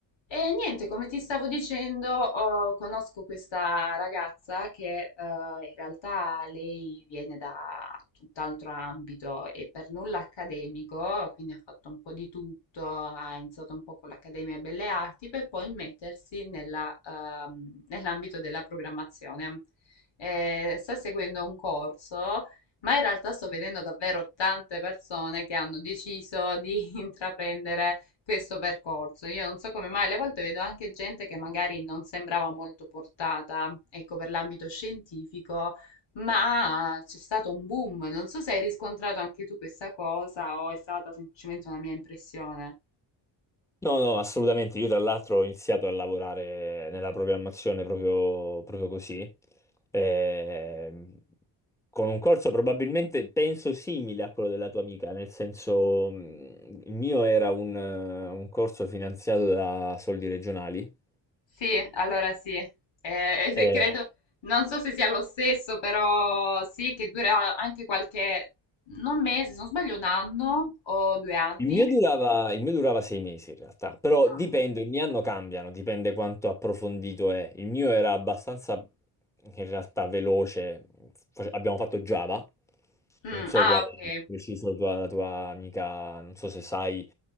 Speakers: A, on the left; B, in the centre.
A: E niente, come ti stavo dicendo, ho- conosco questa ragazza che eh, in realtà lei viene da tutt'altro ambito e per nulla accademico, quindi ha fatto un po' di tutto, ha iniziato un po' con l'Accademia Belle Arti per poi mettersi nella, ehm, nell'ambito della programmazione. Eh, sta seguendo un corso. Ma in realtà sto vedendo davvero tante persone che hanno deciso di <laughs> intraprendere questo percorso. Io non so come mai, alle volte vedo anche gente che magari non sembrava molto portata, ecco, per l'ambito scientifico, ma c'è stato un boom. Non so se hai riscontrato anche tu questa cosa o è stata semplicemente una mia impressione.
B: No, no, assolutamente. Io tra l'altro ho iniziato a lavorare nella programmazione proprio, proprio così, Ehm, con un corso probabilmente, penso, simile a quello della tua amica, nel senso, mh, il mio era un, eh, un corso finanziato da soldi regionali.
A: Sì, allora sì, Eh, se
B: Eh,
A: credo, non so se sia lo stesso, però sì, che dura anche qualche, non mese, se non sbaglio, un anno o due anni.
B: Il mio durava, il mio durava sei mesi in realtà, però
A: Ah,
B: dipende,
A: sì.
B: ogni anno cambiano, dipende quanto approfondito è. Il mio era abbastanza in realtà veloce, Face- abbiamo fatto Java,
A: Mm,
B: non so
A: ah,
B: quale
A: ok.
B: è preciso la tua, la tua amica, non so se sai